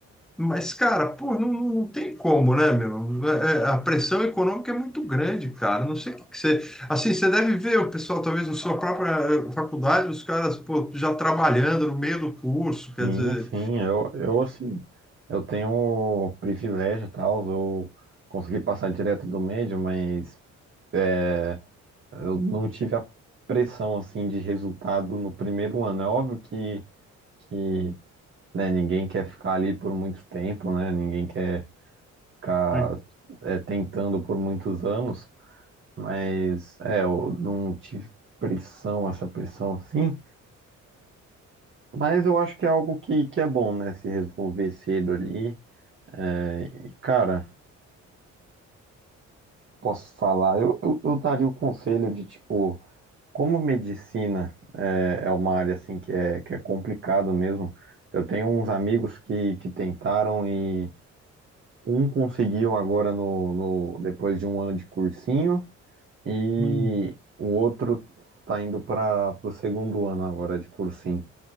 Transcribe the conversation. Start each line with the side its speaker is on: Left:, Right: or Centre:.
Centre: mas, cara, pô, não, não tem como, né, meu? É, é, a pressão econômica é muito grande, cara. Não sei o que, que você. Assim, você deve ver o pessoal, talvez na sua própria eh, faculdade, os caras, pô, já trabalhando no meio do curso, quer
Right: sim,
Centre: dizer.
Right: sim. Eu, eu assim, eu tenho o privilégio, tal, eu consegui passar direto do médio, mas é, eu não tive a pressão, assim, de resultado no primeiro ano. É óbvio que, que né, ninguém quer ficar ali por muito tempo, né? Ninguém quer ficar
Centre: Sim.
Right: é, tentando por muitos anos. Mas é, eu não tive pressão, essa pressão assim. Mas eu acho que é algo que, que é bom, né? Se resolver cedo ali. É, e, cara, posso falar, eu, eu, eu daria o conselho de, tipo, como medicina é, é uma área assim que é, que é complicado mesmo. Eu tenho uns amigos que, que tentaram e um conseguiu agora no, no, depois de um ano de cursinho e
Centre: Hum.
Right: o outro tá indo para o segundo ano agora de cursinho.